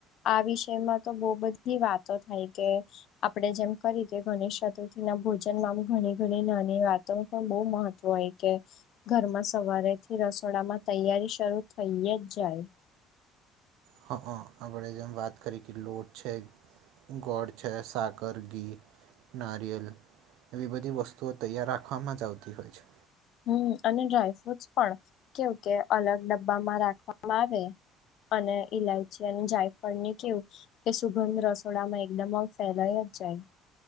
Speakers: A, on the left; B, on the right.
A: આ વિષયમાં તો બો બધી વાતો થાય કે આપડે જેમ કરી કે ગણેશ ચતુર્થી ના ભોજન માંબી ઘણી ઘણી નાની વાત તેનું પણ બઉ મહત્વ હોય કે ઘરમાં સવારેથી રસોડામાં તૈયારી શરૂ થઈ જ જાય
B: હા આપડે જેમ વાત કરી કે લોડ છે ગોડ છે સાકર ઘી નારિયેલ એવી બધી વસ્તુઓ તૈયાર રાખવામાં જ આવતી હોય છે.
A: હું અને ડ્રાયફ્રુટસ પણ કેવું કે અલગ ડબ્બામાં રાખવામાં આવે અને ઇલાયચી અને જાયફળ ની કેવું કે સુગંધ રસોડામાં એકદમજ ફેલાઈ જ જાય